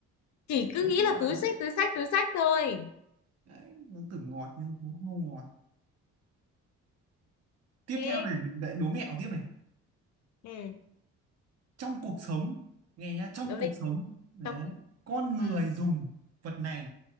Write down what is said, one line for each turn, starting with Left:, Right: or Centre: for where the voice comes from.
Left: chỉ cứ
Right: đấy
Left: nghĩ
Right: gọi
Left: là
Right: là
Left: túi xách túi xách túi xách thôi
Right: đấy nó tưởng ngọt nhưng cũng không ngọt tiếp
Left: thế
Right: theo này lại đố mẹo tiếp này
Left: ừ
Right: trong cuộc sống nghe nhá trong
Left: đúng
Right: cuộc
Left: đi
Right: sống đấy
Left: trong cuộc-
Right: con người
Left: ừ.
Right: dùng vật này